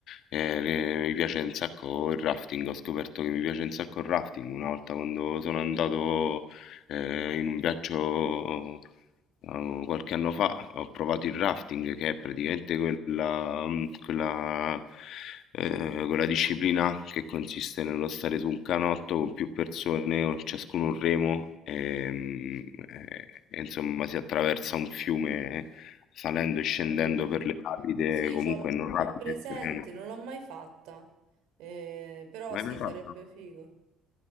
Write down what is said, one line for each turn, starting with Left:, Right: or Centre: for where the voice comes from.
Left: eh, re- mi piace un sacco il rafting, ho scoperto che mi piace un sacco il rafting una volta quando sono andato eh, in un viaggio Uh, qualche anno fa ho provato il rafting, che è praticamente quella, mm, quella, eh, quella disciplina che consiste nello stare su un canotto con più persone, con ciascuno un remo, e, mm, e- e insomma si attraversa un fiume salendo e scendendo
Right: Mhm.
Left: per le rapide,
Right: Sì,
Left: comunque
Right: c'ho-
Left: non
Right: ho
Left: rapide.
Right: presente,
Left: serene.
Right: non l'ho mai fatta, Eh, però
Left: L'hai
Right: sì,
Left: mai fatto?
Right: sarebbe figo.